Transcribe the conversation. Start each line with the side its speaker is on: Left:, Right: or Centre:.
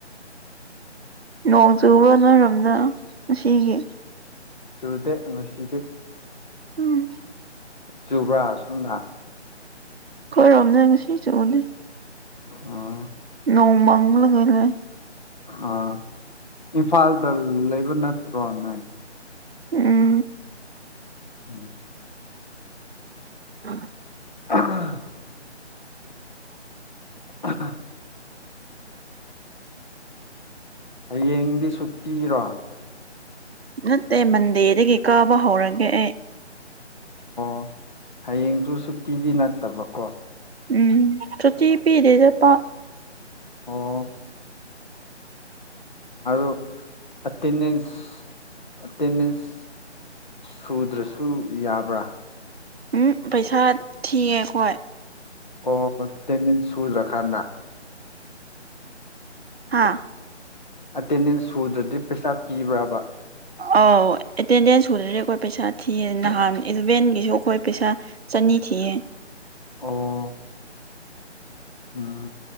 Right: ꯅꯣꯡ ꯆꯨꯕ꯭ꯔꯣ ꯅꯣꯏꯔꯣꯝꯗ ꯉꯥꯁꯤꯒꯤ
Left: ꯆꯨꯗꯦ ꯉꯥꯁꯤꯗꯤ
Right: ꯎꯝ
Left: ꯆꯨꯕ꯭ꯔꯥ ꯁꯣꯝꯗ
Right: ꯑꯩꯈꯣꯏꯔꯣꯝ ꯉꯁꯤ ꯆꯨꯕꯅꯦ
Left: ꯑꯣ
Right: ꯅꯣꯡ ꯃꯡꯂꯒ ꯂꯩ
Left: ꯑꯥ ꯏꯝꯐꯥꯜꯗ ꯂꯩꯕ ꯅꯠꯇ꯭ꯔꯣ ꯅꯣꯏ
Right: ꯎꯝ
Left: <unintelligible>
Right: <unintelligible>
Left: <unintelligible> <unintelligible> ꯍꯌꯦꯡꯗꯤ ꯁꯨꯇꯤꯔꯣ
Right: ꯅꯠꯇꯦ ꯃꯟꯗꯦꯗꯒꯤ ꯀꯥꯕ ꯍꯧꯔꯒꯦ ꯑꯩ
Left: ꯑꯣ ꯍꯌꯦꯡꯁꯨ ꯁꯨꯇꯤꯗꯤ ꯅꯠꯇꯕ ꯀꯣ
Right: ꯎꯝ ꯁꯨꯇꯤ ꯄꯤꯗꯦꯗ ꯄꯥꯛ
Left: ꯑꯣ ꯑꯗꯣ ꯑꯦꯇꯦꯟꯗꯦꯟꯁ ꯑꯦꯇꯦꯟꯗꯦꯟꯁ ꯁꯨꯗ꯭ꯔꯁꯨ ꯌꯥꯕ꯭ꯔꯥ
Right: ꯎꯝ ꯄꯩꯁꯥ ꯊꯤꯑꯦ ꯑꯩꯈꯣꯏ
Left: ꯑꯣ ꯑꯦꯇꯦꯟꯗꯦꯟꯁ ꯁꯨꯗ꯭ꯔꯀꯥꯟꯗ
Right: ꯍꯥꯥ
Left: ꯑꯦꯇꯦꯟꯗꯦꯟꯁ ꯁꯨꯗ꯭ꯔꯗꯤ ꯄꯩꯁꯥ ꯄꯤꯕ꯭ꯔꯥꯕ
Right: ꯑꯧ ꯑꯦꯇꯦꯟꯗꯦꯟꯁ ꯁꯨꯗ꯭ꯔꯦ ꯑꯩꯈꯣꯏ ꯄꯩꯁꯥ ꯊꯤꯌꯦ ꯅꯍꯥꯟ ꯏꯂꯚꯦꯟꯒꯤꯁꯨ ꯑꯩꯈꯣꯏ ꯄꯩꯁꯥ ꯆꯅꯤ ꯊꯤꯌꯦ
Left: ꯑꯣ ꯎꯝ